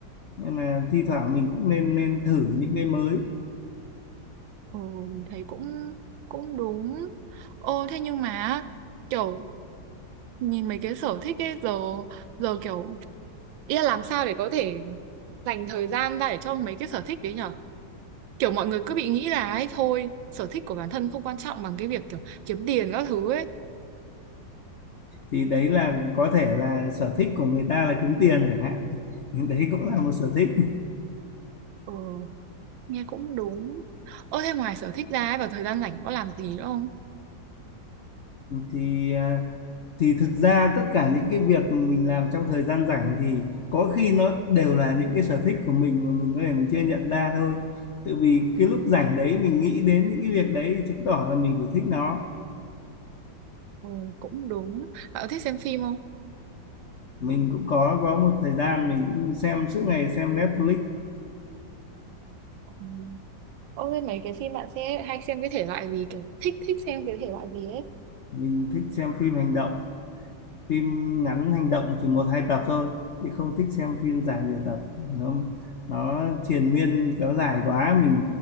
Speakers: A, on the left; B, on the right.
A: Nên là thi thoảng mình cũng nên nên thử những cái mới.
B: Ừ, mình thấy cũng cũng đúng. Ô, thế nhưng mà kiểu nhìn mấy cái sở thích ấy giờ giờ kiểu Ý là làm sao để có thể dành thời gian ra để cho mấy cái sở thích đấy nhở? Kiểu mọi người cứ bị nghĩ là ấy thôi, sở thích của bản thân không quan trọng bằng cái việc kiểu kiếm tiền các thứ ấy.
A: Thì đấy là có thể là sở thích của người ta là kiếm tiền chẳng hạn. <laughs> Đấy cũng là một sở thích.
B: Ừ, nghe cũng đúng. Ơ thế ngoài sở thích ra ấy, vào thời gian rảnh có làm gì nữa không?
A: Thì à, thì thực ra tất cả những cái việc mà mình làm trong thời gian rảnh thì có khi nó đều là những cái sở thích của mình mà mình có thể mình chưa nhận ra thôi tự vì cái lúc rảnh đấy mình nghĩ đến những cái việc đấy thì chứng tỏ là mình phải thích nó
B: Ừ, cũng đúng. Bạn có thích xem phim không?
A: mình cũng có có một thời gian mình cũng xem suốt ngày xem Netflix
B: Ừ. Ơ thế mấy cái phim bạn sẽ hay xem cái thể loại gì kiểu thích thích xem cái thể loại gì ấy?
A: mình thích xem phim hành động phim ngắn hành động chỉ một hai tập thôi chị không thích xem phim dài nhiều tập nó nó triền miên kéo dài quá mình